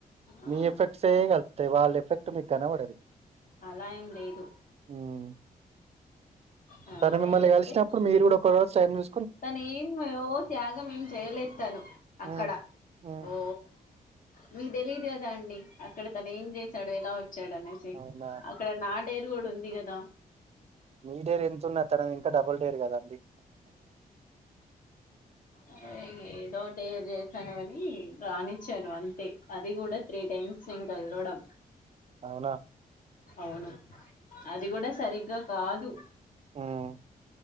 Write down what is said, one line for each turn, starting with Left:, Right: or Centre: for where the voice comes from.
Left: ఆ
Right: మీ ఎఫెక్ట్స్ ఏ కలుతయ్ వాళ్ళ ఎఫెక్ట్ మీకు గనపడదు
Left: అలా ఏం లేదు
Right: ఉమ్
Left: ఆ
Right: తను మిమ్మల్ని
Left: ఏంటంటే
Right: కలిసినప్పుడు మీరు కూడా ఒకరోజు టైమ్ చూ
Left: తను ఏం మయో త్యాగం ఏం చేయలే తను అక్కడ
Right: ఉమ్ ఉమ్
Left: ఓ... మీ తెలీదు కదా అండి అక్కడ తను ఏం చేశాడో ఏలా వ చ్చాడనేసి
Right: అవునా
Left: అక్కడ నా డేర్ గూడా ఉంది కదా
Right: మీ డేర్ ఎంత ఉన్న తనది ఇంకా డబల్ డేర్ కద అండి
Left: య్ ఏదో డెర్ చె కనవని రానిచ్చాను అంతే అది కూడా త్రీ టైమ్స్ నేను కలవడం
Right: అవునా
Left: అవును అది కూడా సరిగ్గా కాదు
Right: మ్మ్